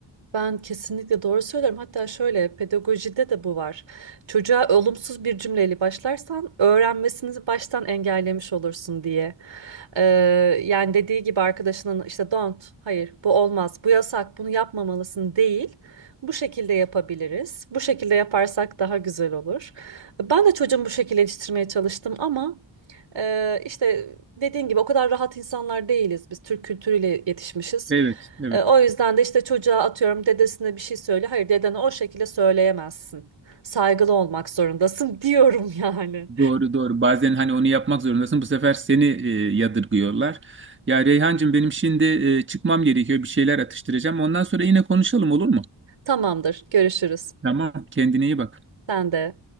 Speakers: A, on the right; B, on the right.
A: Ben kesinlikle doğru söylüyorum. Hatta şöyle pedagojide de bu var. Çocuğa olumsuz bir cümleyle başlarsan öğrenmesini baştan engellemiş olursun diye. Ee, yani dediği gibi arkadaşının işte don't, hayır bu olmaz, bu yasak, bunu yapmamalısın değil. Bu şekilde yapabiliriz. Bu şekilde yaparsak daha güzel olur. Ben de çocuğumu bu şekilde yetiştirmeye çalıştım ama e, işte dediğin gibi o kadar rahat insanlar değiliz. Biz Türk kültürüyle yetişmişiz.
B: Evet, evet.
A: E, o yüzden de işte çocuğa atıyorum dedesine bir şey söyle. Hayır dedene o şekilde söyleyemezsin. Saygılı olmak zorundasın diyorum yani.
B: Doğru doğru. Bazen hani onu yapmak zorundasın. Bu sefer seni e, yadırgıyorlar. Ya Reyhancığım benim şimdi e, çıkmam gerekiyor. Bir şeyler atıştıracağım. Ondan sonra yine konuşalım olur mu?
A: <laughs> Tamamdır, görüşürüz.
B: Tamam. Kendine iyi bak.
A: Sen de.